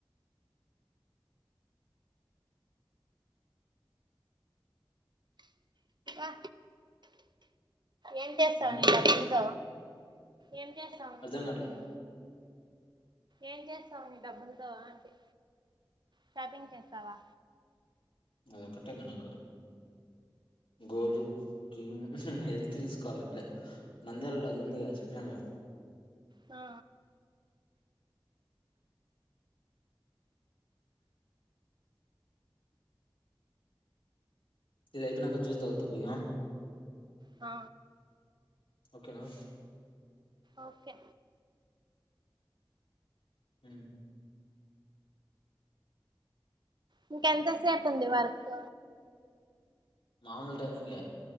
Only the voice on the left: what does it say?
ఉమ్
అర్ధం
కాట్లే
అదొక్కటేగా నాకు గోలు గీము హెల్త్ తీసుకోవాలి అట్లే నంద్యలలో అది ఎందు క చెప్పినాక
ఇదియిపోనాక చూసావు తప్ప్యా
ఓకేనా
హ
మామలు టైమింగ్